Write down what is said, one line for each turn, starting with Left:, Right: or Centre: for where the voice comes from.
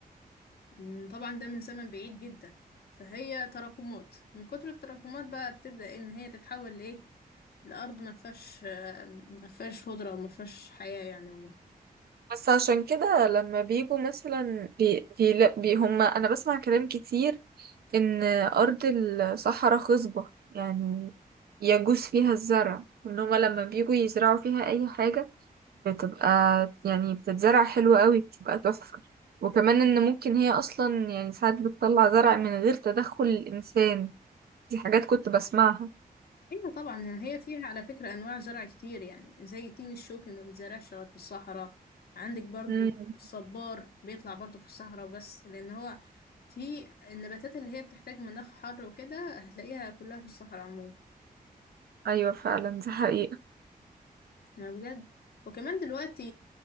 Left: مم، طبعا ده من زمن بعيد جدا فهي تراكمات من كتر التراكمات بقى بتبدأ ان هي تتحول لايه الارض ما فيهاش آه، ما فيهاش خضره وما فيهاش حياه يعني عموما
Right: بس عشان كده لما بيجوا مثلا بي بي, لا بي هم انا بسمع كلام كتير ان ارض الصحراء خصبة يعني يجوز فيها الزرع ان هم لما بيجوا يزرعوا فيها اي حاجة بتبقى يعني بتتزرع حلو قوي بتبقى تحفة وكمان ان ممكن هي اصلا يعني ساعات بتطلع زرع من غير تدخل الانسان دي حاجات كنت بسمعها
Left: ايوه طبعا هي فيها على فكره انواع زرع كتير يعني زي التين الشوكي ما بيتزرعش غير في الصحراء عندك برضو
Right: امم
Left: الصبار بيطلع برضو في الصحراء بس لان هو في النباتات اللي هي بتحتاج مناخ حر وكده هتلاقيها كلها في الصحراء عموما
Right: ايوه فعلا دي حقيقة
Left: يعني بجد وكمان دلوقتي